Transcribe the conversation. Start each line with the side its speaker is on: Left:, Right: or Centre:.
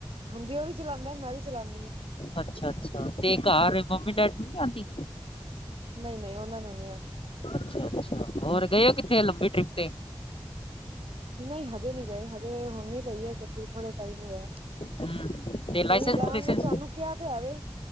Right: ਹਾਂਜੀ ਉਹ ਵੀ ਚਲਾਉਂਦਾ ਮੈਂ ਵੀ ਚਲਾਉਂਦੀ ਹਾਂ।
Left: ਅੱਛਾ ਅੱਛਾ ਤੇ ਘਰ ਮੰਮੀ ਡੈਡੀ ਨੂੰ ਨੀ ਆਓਂਦੀ
Right: ਨਹੀਂ ਨਹੀਂ ਉਹਨਾਂ ਨੂੰ ਨਹੀਂ ਆਉਂਦੀ।
Left: ਅੱਛਾ ਅੱਛਾ ਹੋਰ ਗਏ। ਕਿੱਥੇ ਲੰਬੀ ਟ੍ਰਿਪ ਤੇ।
Right: ਨਹੀਂ ਹਜੇ ਨਹੀਂ ਗਏ ਹਜੇ ਹੁਣ ਵੀ ਚਾਹੀਦੀ ਗੱਡੀ ਥੋੜਾ ਟਾਈਮ ਹੋਇਆ
Left: ਹਮ, ਤੇ ਲਾਇਸੈਂਸ
Right: ਕੋਈ ਨਹੀਂ ਜਾਵਾਂਗੇ
Left: ਲਾਇਸੈਂਸ
Right: ਤੁਹਾਨੂੰ ਕਿਹਾ ਤੇ ਹੈ ਵੇ।